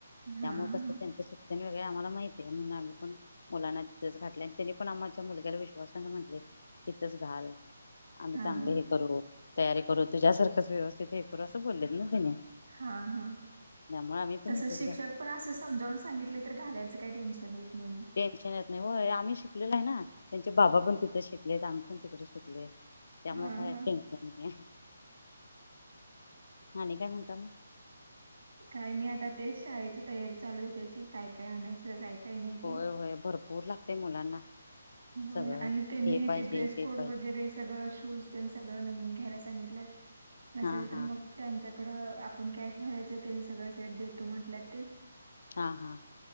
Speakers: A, on the left (about 65°); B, on the right (about 75°).
A: त्यामुळे
B: हां हां
A: कसे
B: हां
A: त्यांच शि, वेगळे आम्हाला माहितय म्हणून आम्ही पण मुलांना तिथे घातले आणि त्यांनी पण आमच्या मुलग्याला विश्वासना म्हटले. तिथच घाल, आम्ही
B: हां
A: चांगले हे करू तयारी करू तुझ्यासारखंच व्यवस्थित हे करू असं बोललेत ना, त्याने
B: हा हा
A: त्यामुळे आम्ही पण
B: तसे
A: इथंच
B: शिक्षक
A: घात
B: पण अस समजावून सांगितले तर घालाय. काही टेन्शन नाही. मग
A: टेन्शन येत नाही, हो आम्ही शिकलो. आहे ना त्यांचे बाबा पण तिथ शिकले आम्ही पण तिक शिकले, त्यामुळे
B: हां
A: काही
B: हां
A: टेन्शन नाही. आणि कय म्हणतात,
B: काय नाही आता तेच शाळेची तयारी चालू आहे, त्याची काय काय आणायचं काय, काय नाही ते
A: होय होय भरपूर लागते मुलांना.
B: हो
A: सगळं
B: आणि त्यानी
A: हे पाहिजे
B: ते ड्रेस कोड
A: पाहिजे
B: वगैरे सगळं शूज सगळं नवीन. घ्यायला सांगितले नसेल
A: हा
B: तर
A: हा
B: मग त्यांच्या, आपण कॅश भरायच त्यांनी सगळे सेट देतो म्हटलं ते,
A: हा हा